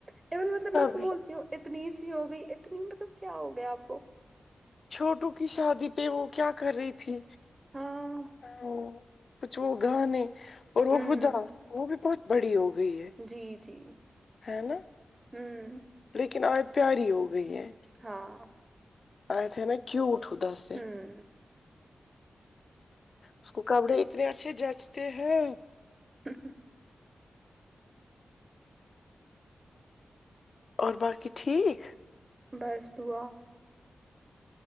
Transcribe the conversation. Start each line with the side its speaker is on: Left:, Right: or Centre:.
Right: کے مطلب میں اس کو
Left: بھی
Right: بولتی ہوں اتنی سی ہو گئی اتنی مطلب کیا ہو گیا آپ کو
Left: چھوٹوکی شادی پہ وہ کیا کر رہی تھی
Right: ہاں
Left: وہ کچھ وہ گانے اور وہ
Right: ہوں
Left: خدا وہ بھی بہت بڑی ہوگئی ہے
Right: جی جی
Left: ہےنا
Right: ہوں
Left: لیکن آج پیاری ہو گئی ہے
Right: ہاں
Left: آے تھے نا کیوٹ ہوتا ہے
Right: ہمم
Left: اس کو کپڑے اتنے اچھے جچتے ہیں
Right: ہھم
Left: اور باقی ٹھیک
Right: بس دعا